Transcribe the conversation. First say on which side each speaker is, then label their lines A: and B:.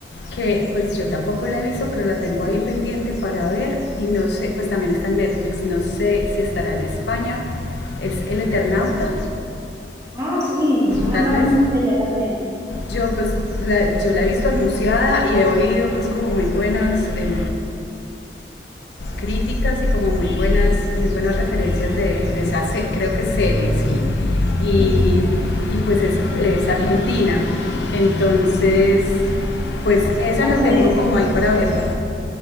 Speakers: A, on the left; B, on the right.
A: que pues yo tampoco la he visto, pero la tengo ahí pendiente para ver y no sé, pues también está en Netflix, no sé si estará en España, es El Eternauta,
B: Ah, sí, me han
A: tal
B: hablado
A: vez.
B: mucho de ella también.
A: Yo pues la, yo la he visto anunciada y he oído pues como muy buenas, eh, críticas y como muy buenas, muy buenas referencias de, de esa, creo que serie, sí. Y,
B: Sí,
A: y pues es, es argentina. Entonces, pues esa
B: Es como
A: la tengo
B: de,
A: como ahí para verla.